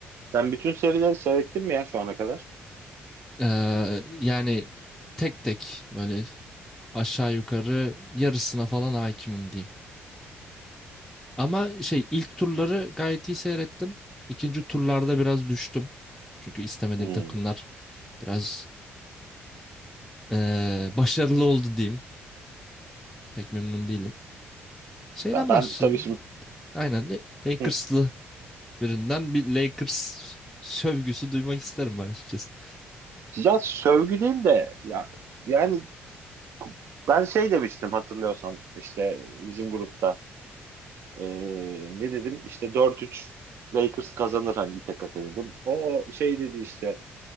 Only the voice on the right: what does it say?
Sen bütün serileri seyrettin mi ya şu ana kadar?
Hmm.
Ya ben
tabii şimdi
Hı.
ya sövgü değil de ya yani ku- ben şey demiştim hatırlıyorsan işte bizim grupta Ee, ne dedim işte dört üç Lakers kazanır hani İTKK dedim. O şey dedi işte